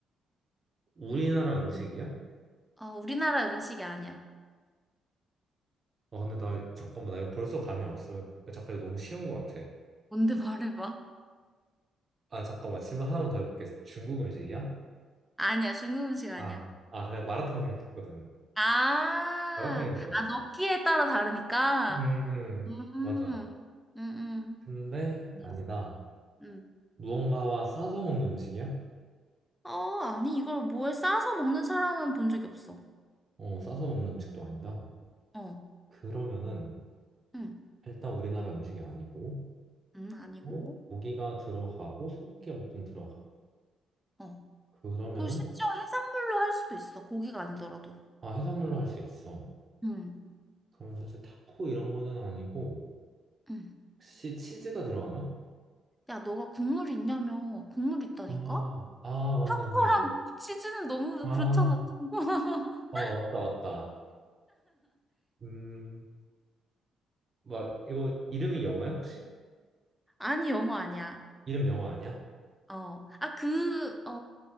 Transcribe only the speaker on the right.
우리나라 음식이야?
아, 근데 나, 잠깐만, 나 이거 벌써 감이 왔어. 잠깐, 이거 너무 쉬운 것 같아.
아, 잠깐만. 질문 하나만 더 해볼게. 중국 음식이야?
아, 아, 그래. 마라탕 생각했거든.
마라탕인
줄 알았어.
음,
맞아.
근데
아니다.
무언가와 싸서 먹는 음식이야?
어, 싸서 먹는 음식도 아니다.
그러면은
일단 우리나라 음식이 아니고
어? 고기가 들어가고 소고기가 보통 들어가.
그러면은
아, 해산물로 할 수 있어.
그럼 사실 타코 이런 거는 아니고
혹시 치즈가 들어가나?
아, 아, 맞네,
맞네.
아,
어, 맞다, 맞다. 음, 뭐 이거 이름이 영어야 혹시?
이름 영어 아니야?